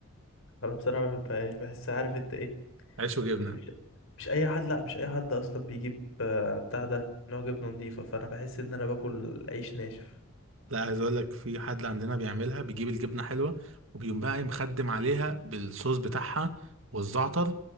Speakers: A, on the left; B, on the right.
A: انا بصراحة ما بحبهاش بحس عارف انت ايه
B: عيش وجبنه
A: مش مش اي حد لا مش اي حد اصلا بيجيب آه، بتاع ده نوع جبنة نضيفة فانا بحس ان انا باكل عيش ناشف
B: لا عايز اقول لك في حد عندنا بيعملها بيجيب الجبنه حلوه وبيقوم بقى إيه مخدم عليها بالصوص بتاعها والزعتر